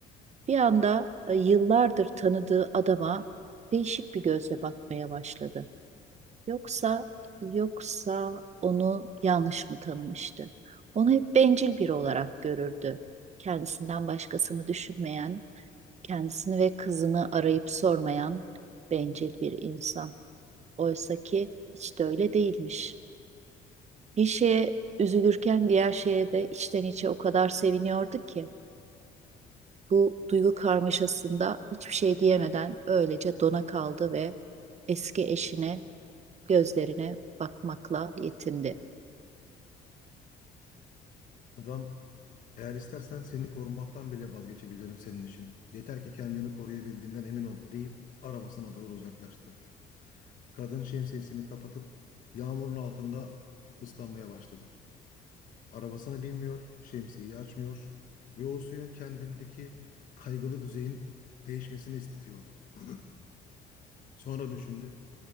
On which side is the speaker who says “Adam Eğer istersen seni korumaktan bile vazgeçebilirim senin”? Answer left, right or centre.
Left